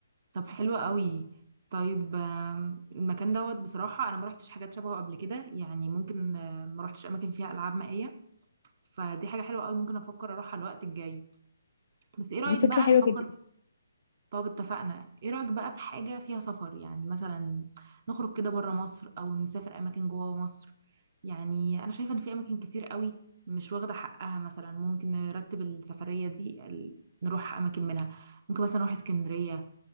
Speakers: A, on the right; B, on the left.
A: طب حلو قوي طيب آم، المكان دوت بصراحة أنا ما رحتش حاجات شبهه قبل كده يعني ممكن آه، ما رحتش أماكن فيها ألعاب مائية فدي حاجة حلوة قوي ممكن أفكر أروحها الوقت الجاي بس إيه رأيك
B: دي فكره
A: بقى
B: حلوه
A: نفكر
B: جدا
A: طب اتفقنا إيه رأيك بقى في حاجة فيها سفر يعني مثلا نخرج كده بره مصر أو نسافر أماكن جوه مصر يعني أنا شايفة إن في أماكن كتير قوي مش واخدة حقها مثلا ممكن نرتب السفرية دي ال- نروح أماكن منها ممكن مثلا نروح اسكندرية